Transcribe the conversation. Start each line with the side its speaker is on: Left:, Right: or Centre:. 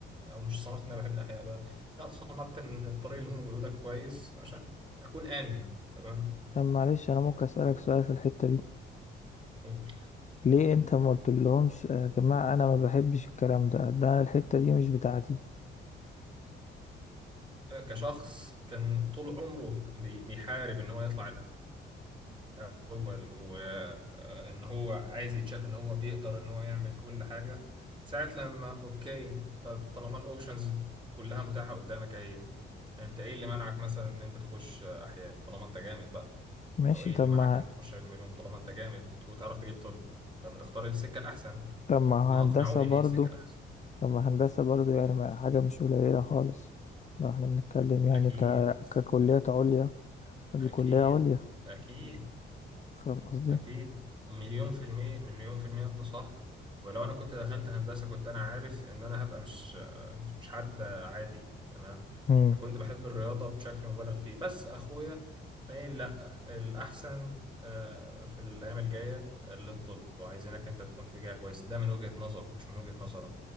Right: او مش تصنعت ان انا بحب الاحياء بقى لا تصنعت ان الطريق اللي هم بيقولوه ده كويس عشان أكون آمن تمام
Left: طب معلش انا ممكن اسالك سؤال في الحته دي
Right: أول
Left: ليه انت ما قلت لهمش يا جماعه انا ما بحبش الكلام ده ده الحته دي مش بتاعتي
Right: كشخص كان طول عمره بي- بيحارب إن هو يطلع الأول وإن هو عايز يتشاف إن هو بيقدر إن هو يعمل كل حاجة ساعة لما أوكي طب طالما الأوبشنز كلها متاحة قدامك أهي أنت إيه اللي منعك مثلا إن أنت تخش أحياء طالما أنت جامد بقى
Left: ماشي
Right: أو إيه
Left: طب
Right: اللي منعك
Left: ما
Right: إن أنت تخش علم علوم طالما أنت جامد وتعرف تجيب طب طب ما تختار السكة الأحسن
Left: طب ما
Right: هم أقنعوني
Left: هندسه برضو
Right: إن هي السكة الأحسن
Left: طب ما هندسه برضو يعني ما حاجه مش قليله خالص لو احنا بنتكلم يعني
Right: أكيد
Left: ك... ككليات عليا ودي
Right: أكيد
Left: كليه عليا
Right: أكيد
Left: فاهم قصدي
Right: أكيد مليون في المية مليون في المية أنت صح ولو أنا كنت دخلت هندسة كنت أنا عارف إن أنا هبقى مش مش مش حد عادي تمام
Left: امم
Right: أنا كنت بحب الرياضة بشكل مبالغ فيه بس أخويا مايل لأ الأحسن آه، في الأيام الجاية للطب وعايزينك أنت تكون في جهة كويس ده من وجهة نظره مش من وجهة نظرنا